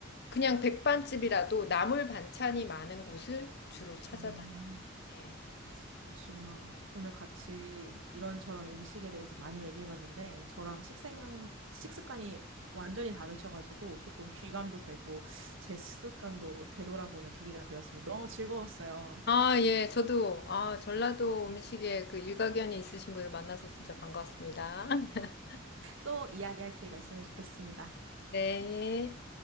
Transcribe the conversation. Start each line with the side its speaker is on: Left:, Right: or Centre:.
Left: 그냥 백반집이라도 나물 반찬이 많은 곳을 주로 찾아다녀요.
Right: 음,
Left: 예.
Right: 그러시구나. 오늘 같이 이런저런 음식에 대해서 많이 얘기해봤는데, 저랑 식생, 식습관이 완전히 다르셔가지고, 조금 귀감도 되고, 제 식습관도 되돌아보는 계기가 되었습니다. 너무 즐거웠어요.
Left: 아, 예, 저도, 아, 전라도 음식에 그 일가견이 있으신 분을 만나서 진짜 반가웠습니다. <laughs>
Right: 또 이야기할 기회가 있으면 좋겠습니다.
Left: 네.